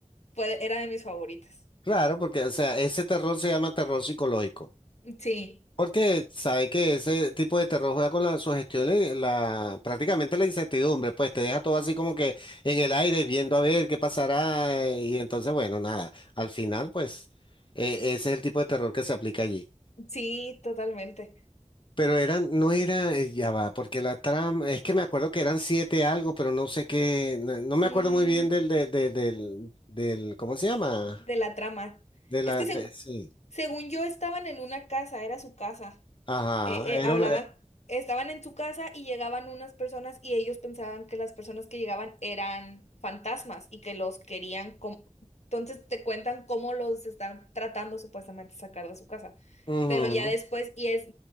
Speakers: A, on the left; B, on the left.
A: fue, era de mis favoritas.
B: claro, porque, o sea, ese terror se llama terror psicológico.
A: Sí,
B: Porque sabe que ese tipo de terror juega con la sugestión, eh, la, prácticamente la incertidumbre, pues te deja todo así como que en el aire, viendo a ver qué pasará, eh, y entonces, bueno, nada, al final, pues, eh, ese es el tipo de terror que se aplica allí.
A: sí, totalmente.
B: Pero eran, no era, eh, ya va, porque la trama, es que me acuerdo que eran siete algo, pero no sé qué, no, no me
A: Mm,
B: acuerdo muy bien del, del, del, del, del- ¿cómo se llama?
A: de la trama.
B: De la,
A: Es que
B: de-
A: se-
B: sí.
A: según yo estaban en una casa, era su casa.
B: Ajá,
A: eh, eh,
B: era
A: hablaban,
B: una... eh,
A: estaban en su casa y llegaban unas personas y ellos pensaban que las personas que llegaban eran fantasmas y que los querían, com- entonces te cuentan cómo los están tratando supuestamente de sacar de su casa.
B: ujú.
A: Pero ya después, y es